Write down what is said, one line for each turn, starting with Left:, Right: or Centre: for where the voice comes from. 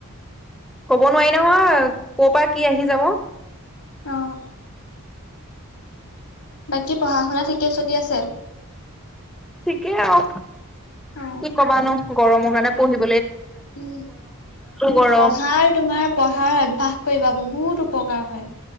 Centre: কব নোৱাৰি নহয়, ক, পৰা কি আহি যাব।
Left: অ'। বাকী পঢ়া, শুনা ঠিকে চলি আছে।
Centre: ঠিকেই আৰু
Left: অ
Centre: কি কবানো গৰমৰ কাৰণে পঢ়িব
Left: উম,
Centre: গৰম
Left: পঢ়াৰ তোমাৰ পঢ়াৰ অভ্যাস কৰিবা বহুত। বহুত উপকাৰ হয়